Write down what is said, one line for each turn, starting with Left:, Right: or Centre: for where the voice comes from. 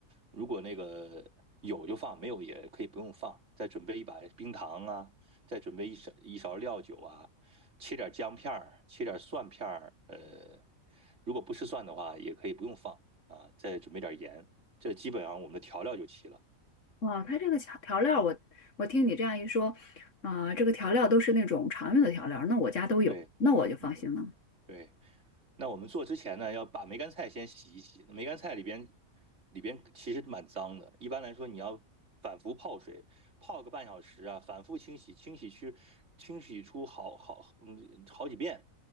Right: 如果那个有就放，没有也可以不用放，再准备一把冰糖啊，再准备一勺一勺料酒啊，切点姜片儿，切点蒜片儿，呃如果不吃蒜的话也可以不用放。啊，再准备点盐，这基本上我们的调料就齐了。
Left: 哇，它这个调调料我，我听你这样一说，啊、这个调料都是那种常用的调料，那我家都有，
Right: 对，
Left: 那我就放心了。
Right: 嗯，对。那我们做之前呢，要把梅干菜先洗一洗。那梅干菜里边里边其实蛮脏的，一般来说你要反复泡水，泡个半小时啊，反复清洗，清洗去清洗出好好嗯好几遍